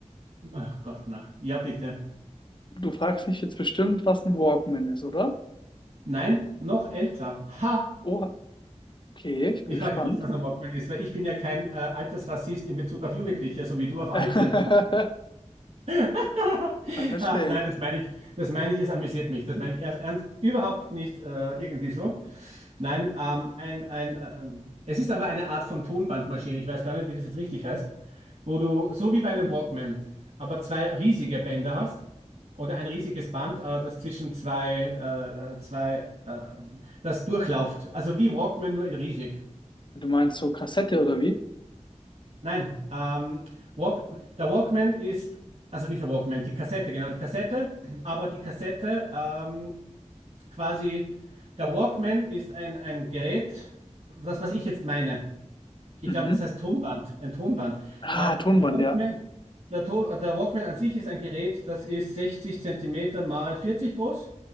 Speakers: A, on the right (about 55°); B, on the left (about 40°).
A: ach Gott, na. Ja, bitte.
B: Du fragst mich jetzt bestimmt, was ein Walkman ist, oder?
A: Nein, noch älter. Ha!
B: Oh, okay, ich bin
A: Ich
B: gespannt.
A: frage dich nicht, was ein Walkman ist, weil ich bin ja kein äh, Altersrassist in Bezug auf Jugendliche, so wie du auf Alte.
B: <laughs>
A: <laughs>
B: Ja, verstehe.
A: Ach nein, das meine ich, das meine ich, es amüsiert mich. Das meine ich erst ernst, überhaupt nicht äh, irgendwie so. Nein, ähm, ein, ein, äh, ähm, es ist aber eine Art von Tonbandmaschine. Ich weiß gar nicht, wie das jetzt richtig heißt. wo du so wie bei einem Walkman, aber zwei riesige Bänder hast oder ein riesiges Band, äh, das zwischen zwei, äh, zwei, äh, das durchläuft. Also wie Walkman, nur in riesig.
B: Du meinst so Kassette oder wie?
A: Nein, ähm, Walk, der Walkman ist, also nicht der Walkman, die Kassette, genau, die Kassette, <clears throat> aber die Kassette ähm, quasi, der Walkman ist ein, ein Gerät, das, was ich jetzt meine. Ich
B: Mhm.
A: glaube, es heißt Tonband, ein Tonband.
B: Ah,
A: Äh,
B: Tonband,
A: der Walkman
B: ja.
A: Der, der Walkman an sich ist ein Gerät, das ist 60 Zentimeter mal 40 groß,